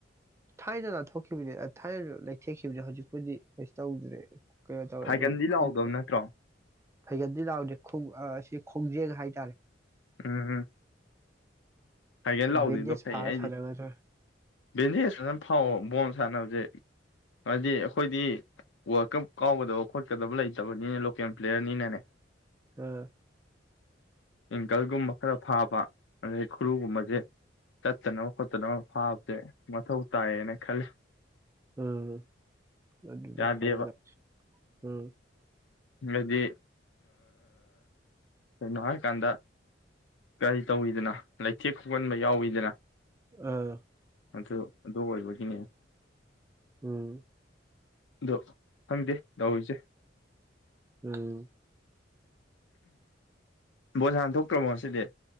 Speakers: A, on the right; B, on the left.
A: ꯊꯥꯏꯅ ꯂꯥꯟꯊꯣꯛꯈꯤꯕꯅꯦ ꯊꯥꯏꯅ ꯂꯩꯊꯦꯛꯈꯤꯕꯅꯦ ꯍꯧꯖꯤꯛꯄꯨꯗꯤ ꯀ ꯇꯧꯗ꯭ꯔꯦ ꯀꯩꯅꯣ ꯇꯧꯋꯦ
B: ꯐꯥꯏꯒꯟꯗꯤ
A: ꯑꯗꯨꯁꯨꯪ
B: ꯂꯥꯎꯗꯕ ꯅꯠꯇ꯭ꯔꯣ
A: ꯐꯩꯒꯟꯗꯤ ꯂꯥꯛꯗꯦꯣꯡ ꯁꯤ ꯈꯣꯡꯖꯦꯛ ꯍꯥꯏꯇꯥꯔꯦ
B: ꯎꯝ ꯍꯥꯏꯒꯦꯅ ꯂꯥꯛꯗꯗꯣ
A: ꯕꯦꯟꯗꯦꯖ
B: ꯐꯩꯌꯦ
A: ꯐꯥꯔ
B: ꯑꯩꯗꯤ
A: ꯁꯥꯟꯅꯒꯗ꯭ꯔꯥ
B: ꯕꯦꯟꯗꯦꯖ ꯐꯖꯅ ꯐꯥꯎ ꯕꯣꯣꯟ ꯁꯥꯟꯅꯕꯁꯦ ꯍꯥꯏꯗꯤ ꯑꯩꯈꯣꯏꯗꯤ ꯋꯥꯔꯜ ꯀꯞ ꯀꯥꯎꯒꯗꯕ ꯈꯣꯠꯀꯗꯕ ꯂꯩꯇꯕꯅꯤꯅ ꯂꯣꯀꯦꯜ ꯄ꯭ꯂꯦꯌꯔꯅꯤꯅꯅꯦ
A: ꯑꯥ
B: ꯑꯦꯡꯀꯜꯒꯨꯝꯕ ꯈꯔ ꯐꯥꯕ ꯑꯩ ꯈꯨꯔꯨꯒꯨꯝꯃꯁꯦ ꯇꯠꯇꯅꯕ ꯈꯣꯠꯇꯅꯕ ꯐꯥꯕꯁꯦ ꯃꯊꯧ ꯇꯥꯏꯌꯦꯅ ꯈꯜꯂꯤ
A: ꯎꯝ ꯑꯗꯨ ꯑꯗꯨꯗ
B: ꯌꯥꯗꯦꯕ
A: ꯐꯕ ꯂ ꯎꯝ
B: ꯍꯥꯏꯗꯤ ꯀꯅꯣ ꯍꯥꯏ ꯀꯥꯟꯗ ꯀꯔꯤ ꯇꯧꯋꯤꯗꯅ ꯂꯩꯊꯦꯛ ꯈꯣꯒꯟꯕ ꯌꯥꯎꯋꯤꯗꯅ
A: ꯑꯥ
B: ꯑ ꯑꯗꯨꯣ ꯑꯗꯨ ꯑꯣꯏꯕꯒꯤꯅꯦ
A: ꯎꯝ
B: ꯑꯗꯣ ꯍꯪꯗꯦ ꯂꯧꯧꯔꯤꯁꯦ
A: ꯎꯝ
B: ꯕꯣꯁ ꯍꯥꯟ ꯊꯣꯛꯇ꯭ꯔꯃꯣ ꯁꯤꯗꯤ